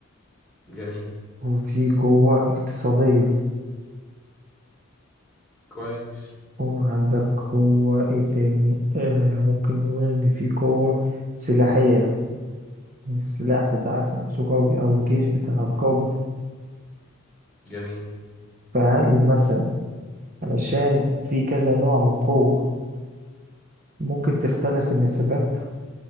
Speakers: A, in the centre; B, on the right.
A: جميل
B: وفي قوة اقتصادية
A: كويس
B: وعندك قوة ايه تاني آه ممكن نقول إن في قوة سلاحية السلاح بتاعك نفسه قوي أو الجيش بتاعك قوي
A: جميل
B: فهل مثلا علشان في كذا نوع من القوة ممكن تختلف النسبات